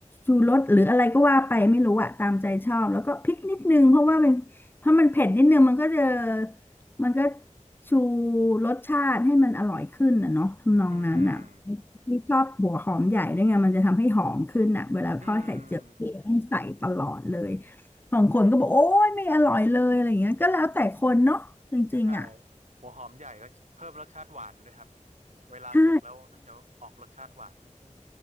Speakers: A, on the left (about 15°); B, on the right (about 65°).
A: ชูรสหรืออะไรก็ว่าไปไม่รู้อะตามใจชอบแล้วก็พริกนิดนึงเพราะว่าเป็นเพราะมันเผ็ดนิดนึงมันก็จะมันก็ชูรสชาติให้มันอร่อยขึ้นนะเนาะทำนองนั้นอะ
B: อืม
A: พี่ชอบหัวหอมใหญ่ด้วยไงมันจะทำให้หอมขึ้นอะเวลาทอดไข่เจียวพี่ต้องใส่ตลอดเลย
B: อืม
A: บางคนก็บอกโอ้ยไม่อร่อยเลยอะไรอย่างเงี้ยก็แล้วแต่คนเนาะจริงๆอ่ะ
B: ใช่หัวหอมใหญ่ก็เพิ่มรสชาติหวานด้วยครับเวลาสุกแล้วมันจะออกรสชาติหวานนิดนึง
A: ใช่